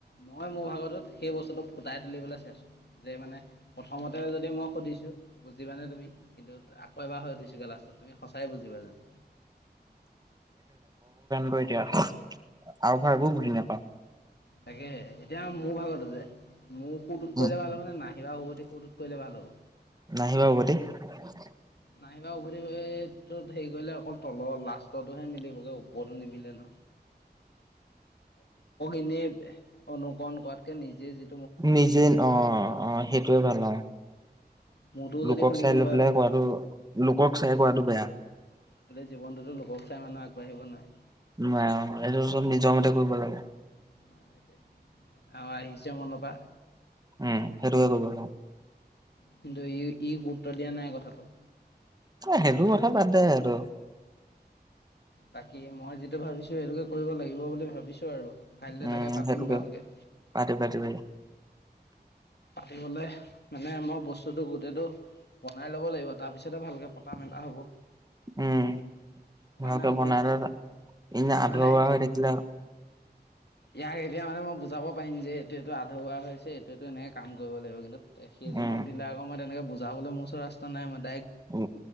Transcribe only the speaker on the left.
মই মোৰ ভাগৰটোত সেই বস্তুটো ফুটাই তুলিবলৈ চাইছোঁ যে, মানে- প্ৰথমতে যদি মই সুধিছোঁ বুজিবানে তুমি? কিন্তু আকৌ এবাৰ হৈ সুধিছোগে লাষ্টত তুমি সঁচাই বুজিবা জানো?
তাকে এতিয়া মোৰ ভাগতো যে মোৰ সুৰটোত
কৰিলে ভাল হ'ব নে? নাহিবা উভতি সুৰটোত কৰিলে ভাল হব?
নাহিবা উভতিটোত হেৰি কৰিলে অকল তলৰ লাষ্টৰটোহে মিলিবগৈ ওপৰতো নিমিলে ন? এনেই অনুকৰণ কৰাতকে নিজে যে
মোৰতো
যদি শুনি
কোনোবাই
ভাল পায়
গোটেই জীৱনটোতো লোকক চাই মানুহ আগবাঢ়িব নোৱাৰে।
অ' সেইটোৱে। আৰু আহিছে মনৰপা
কিন্তু, ই ই গুৰুত্ব দিয়া নাই কথাটো।
বাকী মই যিটো ভাবিছো সেইটোকে কৰিব লাগিব বুলি ভাবিছো আৰু। কাইলৈ
তাকে পাতিম
ভালকে।
পাতিবলে, মানে মোক বস্তুতটো গোটেইটো বনাই ল'ব লাগিব, তাৰ পিছতহে ভালকে পতা মেলা হ'ব।
সেইকাৰণে
আকৌ
মানে
ইয়াক এতিয়া মানে মই বুজাব পাৰিম যে এইটো এইটো আধৰুৱা হৈছে এইটো এইটো এনেকে কাম কৰিব লাগিব। কিন্তু তে সেইজনক
দিলে আকৌ মই তেনেকে বুজাবলৈ মোৰ ওচৰত ৰাস্তা নাই মানে।